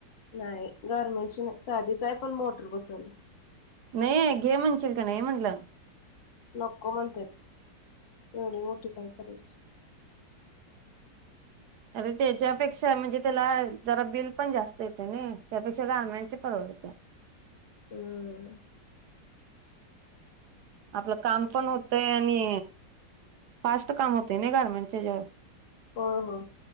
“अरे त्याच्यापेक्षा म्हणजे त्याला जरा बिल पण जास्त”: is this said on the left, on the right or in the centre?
Right